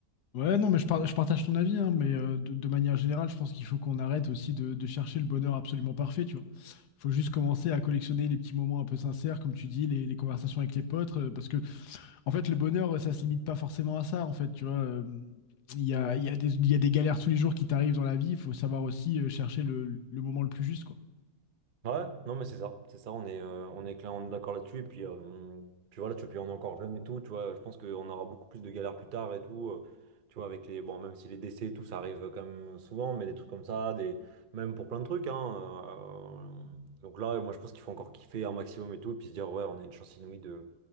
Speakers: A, on the left; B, on the right.
A: Ouais, non, mais je, par- je partage ton avis, hein, mais euh, de, de manière générale, je pense qu'il faut qu'on arrête aussi de, de chercher le bonheur absolument parfait, tu vois. Faut juste commencer à collectionner les petits moments un peu sincères, comme tu dis, les, les conversations avec les potes, euh, parce que, en fait, le bonheur, euh, ça se limite pas forcément à ça, en fait, tu vois. euh, Il y a, il y a des, il y a des galères tous les jours qui t'arrivent dans la vie, il faut savoir aussi euh, chercher le, le moment le plus juste, quoi.
B: Ouais, non mais c'est ça, c'est ça, on est, euh, on est clair, on est d'accord là-dessus, et puis, euh, puis voilà, tu vois, puis on est encore jeune et tout, tu vois, je pense qu'on aura beaucoup plus de galères plus tard et tout, euh, tu vois, avec les, bon, même si les décès et tout, ça arrive quand même souvent, mais des trucs comme ça, des, même pour plein de trucs, hein, euh, donc là, moi je pense qu'il faut encore kiffer un maximum et tout, et puis se dire, ouais, on a une chance inouïe de,